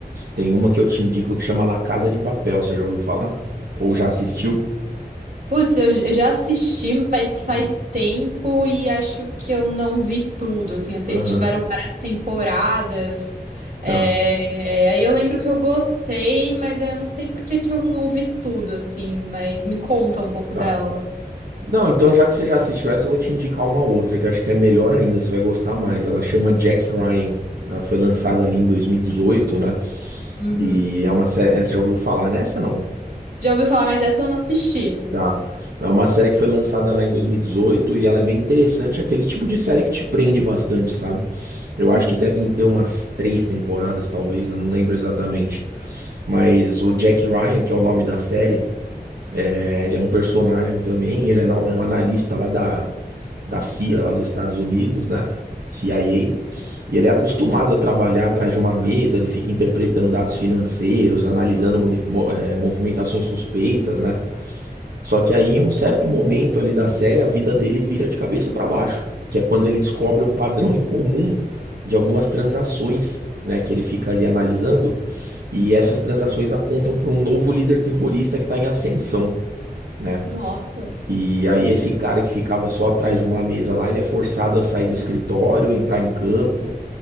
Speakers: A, on the right (about 70°); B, on the right (about 55°).
A: Tem uma que eu te indico que chama La Casa de Papel, você já ouviu falar? Ou já assistiu?
B: Putz, eu j- eu já assisti, mas faz
A: Hum,
B: tempo e acho que eu não vi tudo. Assim, eu sei
A: Aham,
B: que tiveram várias temporadas. É,
A: Tá,
B: é, aí eu lembro que eu gostei, mas eu não sei por que que eu não ouvi tudo, assim, mas me conta um pouco
A: tá.
B: dela.
A: Não, então já que você já assistiu essa, eu vou te indicar uma outra, que acho que é melhor ainda, você vai gostar mais. Ela chama Jack Ryan. Ela foi lançada ali em 2018, né?
B: Uhum.
A: E é uma série. Você já ouviu falar nessa, não?
B: Já ouvi falar, mas essa eu não assisti.
A: Tá. É uma série que foi lançada lá em 2018 e dezoito e ela é bem interessante, é aquele tipo de série que te prende bastante, sabe? Eu
B: Uhum.
A: acho que devem ter umas três temporadas, talvez, eu não lembro exatamente. Mas o Jack Ryan, que é o nome da série, é, ele é um personagem também, ele é na- um analista lá da, da CIA, lá dos Estados Unidos, né? CIA. E ele é acostumado a trabalhar atrás de uma mesa, ele fica interpretando dados financeiros, analisando moni- mo- eh, movimentações suspeitas, né? Só que aí, em um certo momento ali da série, a vida dele vira de cabeça para baixo, que é quando ele descobre um padrão em comum de algumas transações, né, que ele fica ali analisando, e essas transações apontam para um novo líder terrorista que está em ascensão, né?
B: Nossa.
A: E aí esse cara que ficava só atrás de uma mesa lá, ele é forçado a sair do escritório, entrar em campo,